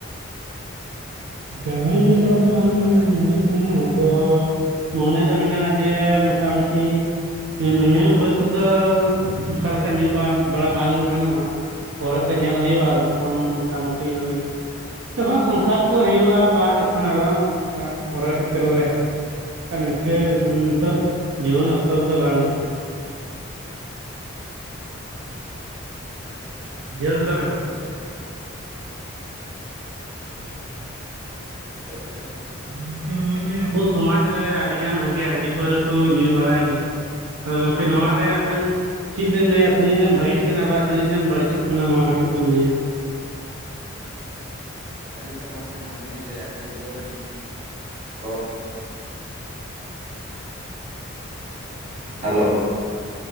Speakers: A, on the right; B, on the right.
A: ᱮᱱᱛᱮ ᱨᱮᱦᱚ
B: ᱡᱩᱫᱤ
A: ᱧᱩ
B: ᱟᱹᱵᱤᱱ
A: ᱵᱟᱲᱟ ᱫᱚ ᱵᱟᱝ
B: ᱵᱤᱱ ᱵᱟᱲᱟᱭ ᱠᱷᱟᱱ
A: ᱦᱩᱭᱩᱜ
B: ᱫᱚ
A: ᱛᱟᱦᱮᱸᱱᱟ ᱟᱫᱚ ᱢᱚᱱᱮ ᱫᱚ ᱢᱮᱱᱟᱜᱼᱟ ᱡᱮ ᱢᱚᱴᱟᱢᱩᱴᱤ ᱦᱮᱸ ᱱᱤᱱᱟᱹᱜ ᱵᱚᱭᱮᱥ ᱨᱮᱫᱚ ᱚᱠᱟ ᱞᱮᱠᱟ ᱧᱩ ᱵᱟ ᱵᱟᱲᱟ ᱵᱟᱝ ᱜᱟᱱᱚᱜᱼᱟ ᱯᱚᱨᱮᱛᱮ ᱧᱮᱞ ᱦᱩᱭᱩᱜᱼᱟ ᱡᱚᱠᱷᱚᱱ ᱢᱚᱴᱟᱢᱩᱴᱤ ᱳᱭ ᱡᱚᱠᱷᱚᱱ ᱥᱚᱝᱥᱟᱨ ᱠᱚ ᱦᱩᱭᱩᱜᱼᱟ ᱵᱟ ᱡᱚᱠᱷᱚᱱ ᱟᱨᱚ ᱚᱱᱠᱟ ᱯᱚᱨᱮᱨ ᱠᱷᱮᱛᱨᱚ ᱨᱮ ᱵᱟᱠᱷᱟᱱ ᱱᱤᱝᱠᱟᱹ ᱢᱟᱱᱮ ᱱᱤᱛᱚᱜ ᱡᱩᱣᱟᱹᱱ ᱚᱠᱛᱚ ᱨᱮᱫᱚ ᱵᱟᱝ
B: ᱟᱪᱪᱷᱟ ᱟᱪᱪᱷᱟ
A: ᱡᱷᱟᱹᱣ ᱠᱮᱫᱟ ᱵᱮᱱ
B: <inaudible>
A: <inaudible>
B: <unintelligible>
A: ᱜᱚᱢᱠᱮ ᱦᱚᱸᱜᱼᱚᱭ ᱡᱮ ᱟᱵᱚ ᱥᱚᱢᱟᱡᱽ ᱨᱮ ᱟᱹᱰᱤᱜᱟᱱ ᱦᱟᱸᱜᱮ ᱦᱟᱺᱰᱤ ᱯᱟᱹᱣᱨᱟᱹ ᱠᱚ ᱧᱩ ᱵᱟᱲᱟᱭ ᱜᱮᱭᱟ ᱟᱫᱚ ᱜᱚᱢᱠᱮ ᱱᱚᱣᱟᱨᱮ ᱟᱵᱤᱱ ᱪᱮᱫ ᱵᱮᱱ ᱞᱟᱹᱭᱟ ᱛᱤᱱᱟᱹᱜ ᱜᱟᱱ ᱵᱷᱟᱜᱮᱜ ᱠᱟᱱᱟ ᱵᱟ ᱛᱤᱱᱟᱹᱜ ᱜᱟᱱ ᱵᱟᱹᱲᱤᱡᱚᱜ ᱠᱟᱱᱟ ᱱᱚᱣᱟ ᱠᱟᱹᱴᱤᱡ ᱵᱤᱱ ᱞᱟᱹᱭᱟ
B: ᱟᱹᱞᱤᱧ ᱫᱚ ᱜᱚᱢᱠᱮ ᱱᱚᱣᱟ ᱜᱮᱞᱤᱧ ᱞᱟᱹᱭᱟ ᱦᱟᱺᱰᱤ ᱯᱟᱹᱣᱨᱟᱹ ᱧᱩ <unintelligible> ᱛᱚ ᱦᱮᱞᱳ